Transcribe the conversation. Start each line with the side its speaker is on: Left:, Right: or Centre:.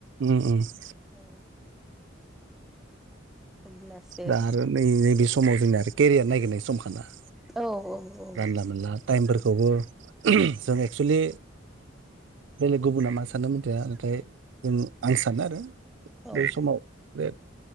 Right: उम उम <inaudible>
Centre: औ अब्लासो
Right: दा आरो नै नैबे समाव जोंना आरो केरियार नायगिरनाय समखाना
Centre: औ औ औ
Right: जानला मोनला टाइमफोर खौबो जों एक्सुलि बेलेग गुबुना मा सानो मिथि नाथाय जों आं सानो आरो बे
Centre: औ
Right: समाव बे